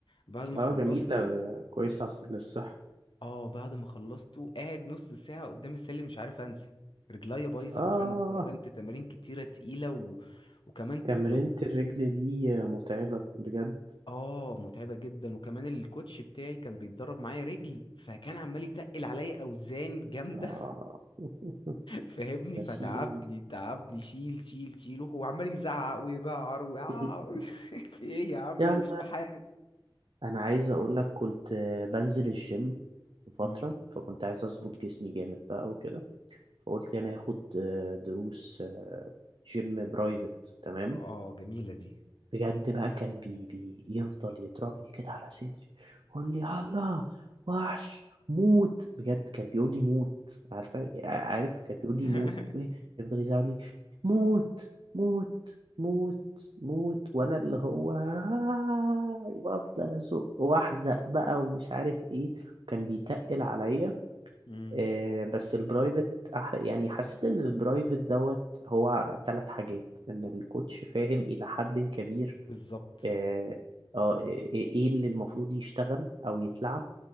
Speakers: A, on the left; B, on the right.
A: بعد ما
B: اه
A: خلصته
B: جميلة ب- كويسة عس- للصحة
A: اه بعد ما خلصته قاعد نص ساعه قدام السلم مش عارف انزل رجليا بايظه
B: اه
A: حرفيا اتمرنت تمارين كتيره تقيله و... وكمان كنت
B: تمرينة
A: بد...
B: الرجل دي متعبة بجد
A: اه متعبه جدا وكمان الكوتش بتاعي كان بيتدرب معايا رجل فكان عمال يتقل عليا اوزان جامده
B: اه <laughs>
A: فاهمني
B: ماشيين
A: فتعبني تعبني شيل شيل شيل وهو عمال يزعق ويجعر و... آه،
B: <laughs>
A: <laughs> في ايه يا عم
B: يعني
A: انا مش بحارب
B: انا عايز اقول لك كنت بنزل الجيم في فترة
A: مم.
B: فكنت عايز اظبط جسمي جامد بقى وكده فقلت يعني هاخد آه، دروس آه، جيم برايفت تمام
A: اه جميلة دي
B: بجد بقى كان بي بي يفضل يضربني كده على صدري يقول لي يلا وحش موت بجد كان بيقول لي موت عارفه عارف كان بيقول لي
A: <laughs>
B: موت يفضل يزعل لي موت موت موت موت وانا اللي هو <laughs> وافضل ازق واحزق بقى ومش عارف ايه وكان بيتقل عليا
A: مم.
B: آه، بس البرايفت أح... يعني حسيت ان البرايفت دوت هو ثلاث حاجات ان الكوتش فاهم الى حد كبير
A: بالظبط
B: آه، آه، ايه إيه اللي المفروض يشتغل او يتلعب